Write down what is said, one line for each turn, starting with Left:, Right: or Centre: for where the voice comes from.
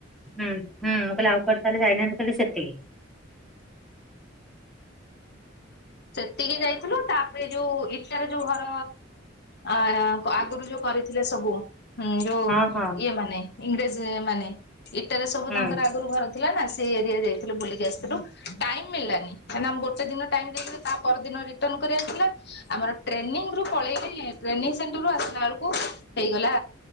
Centre: ହୁଁ ହୁଁ ମୁଁ କାଲି ଆଉ କୁଆଡେ ତାହେଲେ ଯାଇନାହାନ୍ତି ଖାଲି ସେତିକି।
Left: ସେତିକି ଯାଇଥିଲୁ ତାପରେ ଯୋଉ ଇଟାରେ ଯୋଉ ଘର ଅ ଆଗରୁ ଯୋଉ କରିଥିଲେ ସବୁ ହୁଁ ଯୋଉ
Centre: ହଁ ହଁ
Left: ଇଏ ମାନେ ଇଂରେଜ ମାନେ ଇଟାରେ ସବୁ
Centre: ହୁଁ
Left: ତାଙ୍କର ଆଗରୁ ଘର ଥିଲା ନା ସେଇ ଏରିଆରେ ଯାଇଥିଲୁ ବୁଲିକି ଆସିଥିଲୁ, ଟାଇମ ମିଳିଲାନି କାହିଁ ନା ଆମ ଗୋଟେ ଦିନ ଟାଇମ ଦେଇଥିଲେ ତା ପରଦିନ ରିଟର୍ଣ କରିବାର ଥିଲା। ଆମର ଟ୍ରେନିଂ ରୁ ପଳେଇଲେ ଟ୍ରେନିଂ ସେଣ୍ଟର ରୁ ଆସିଲା ବେଳକୁ ହେଇଗଲା